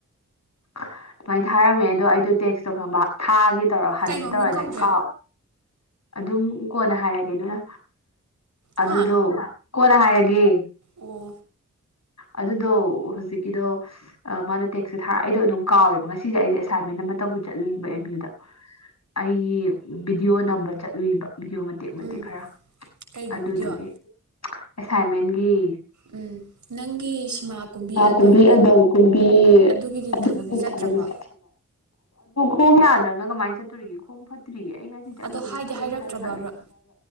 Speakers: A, on the left; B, on the right.
A: ꯑꯗꯨꯃꯥꯏꯅ ꯊꯥꯔꯝꯃꯦ ꯑꯗꯣ ꯑꯩꯗꯣ ꯇꯦꯛꯁ ꯇꯧ ꯈꯪꯕ ꯊꯥꯒꯤ ꯇꯧꯔ ꯍꯟꯒꯦ
B: ꯀꯩ ꯃꯃꯤꯡ
A: ꯇꯧꯔꯒ
B: ꯀꯧꯒꯦ
A: ꯑꯗꯨꯝ ꯀꯥꯎ ꯑꯗꯨꯝ ꯀꯣꯟꯅ ꯍꯥꯏꯔꯒꯦ ꯑꯗꯨꯅ ꯑꯗꯨꯗꯣ
B: ꯍꯥ
A: ꯀꯣꯟꯅ ꯍꯥꯏꯔꯒꯦ
B: ꯑꯣ
A: ꯑꯗꯨꯗꯣ ꯍꯧꯖꯤꯛꯀꯤꯗꯣ ꯃꯥꯅ ꯇꯦꯛꯁꯁꯦ ꯊꯥꯔ ꯑꯩꯗꯣ ꯑꯗꯨꯝ ꯀꯥꯎꯋꯦꯕ ꯉꯁꯤꯁꯦ ꯑꯩꯁꯦ ꯑꯦꯁꯥꯏꯟꯃꯦꯟ ꯑꯃ ꯇꯧꯕ ꯆꯠꯂꯨꯅꯦꯕ ꯑꯦꯝ ꯌꯨꯗ ꯑꯩꯒꯤ ꯚꯕꯤꯗꯤꯑꯣ ꯅꯝꯕ ꯆꯠꯂꯨꯏꯕ ꯚꯗꯤꯑꯣ ꯃꯇꯦꯛ ꯃꯇꯦꯛ
B: ꯎꯝ
A: ꯈꯔ
B: ꯀꯩꯒꯤ
A: ꯑꯗꯨꯗꯨꯒꯤ
B: ꯚꯤꯗꯤꯑꯣ
A: ꯑꯦꯁꯥꯏꯟꯃꯦꯟꯒꯤ
B: ꯎꯝ ꯅꯪꯒꯤ ꯁꯤꯃꯥ ꯑꯦꯜꯕꯝ
A: ꯀꯨꯝꯕꯤ ꯑꯦꯜ ꯀꯨꯝꯕꯤ
B: ꯑꯗꯨꯒꯤꯗꯤ
A: ꯑꯗꯨꯒꯤ
B: ꯊꯕꯛꯇꯤ ꯆꯠꯇ꯭ꯔꯕꯣ
A: ꯊꯕ ꯆ ꯈꯣꯡ ꯌꯥꯗ꯭ꯔꯅ ꯀꯃꯥꯏꯅ ꯆꯠꯇꯣꯔꯤꯒꯦ ꯈꯣꯡ ꯐꯠꯇ ꯐ꯭ꯔꯤꯌꯦ ꯑꯩ ꯉꯁꯤ ꯆꯠꯂꯨꯕꯗꯣ
B: ꯑꯗꯣ ꯍꯥꯏꯗꯤ
A: ꯈꯣꯡꯁꯨ
B: ꯍꯥꯏꯔꯛꯇ꯭ꯔꯕꯕ꯭ꯔꯥ
A: ꯆꯣꯡꯈꯠꯂꯦ